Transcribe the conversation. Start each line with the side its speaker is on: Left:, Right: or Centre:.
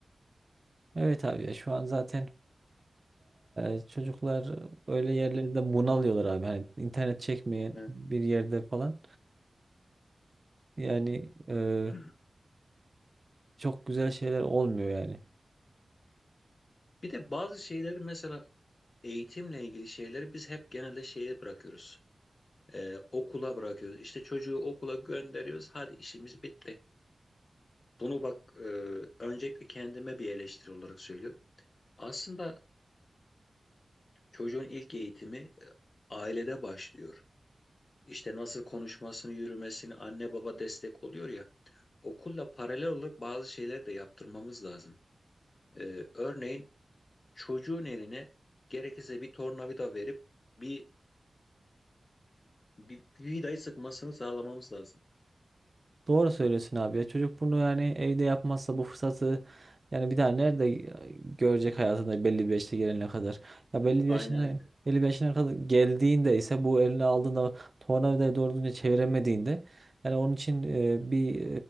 Right: Evet abi ya şu an zaten e, çocuklar öyle yerlerde bunalıyorlar abi. Hani internet çekmeyen
Left: Evet.
Right: bir yerde falan. Yani e,
Left: <clears throat>
Right: çok güzel şeyler olmuyor yani.
Left: Bir de bazı şeyleri mesela eğitimle ilgili şeyleri biz hep genelde şeye bırakıyoruz. Ee, okula bırakıyoruz. İşte çocuğu okula gönderiyoruz. Hadi işimiz bitti. Bunu bak e, öncelikle kendime bir eleştiri olarak söylüyorum. Aslında çocuğun ilk eğitimi e, ailede başlıyor. İşte nasıl konuşmasını, yürümesini anne baba destek oluyor ya. Okulla paralel olarak bazı şeyleri de yaptırmamız lazım. Ee, örneğin çocuğun eline gerekirse bir tornavida verip bir, bir, bir vidayı sıkmasını sağlamamız lazım.
Right: Doğru söylüyorsun abi ya. Çocuk bunu yani evde yapmazsa bu fırsatı yani bir daha nerede görecek hayatında belli bir yaşta gelene kadar. Ya belli bir yaşına
Left: Aynen öyle.
Right: belli bir yaşına kadar geldiğinde ise bu eline aldığında tornavidayı doğru düzgün çeviremediğinde yani onun için e, bir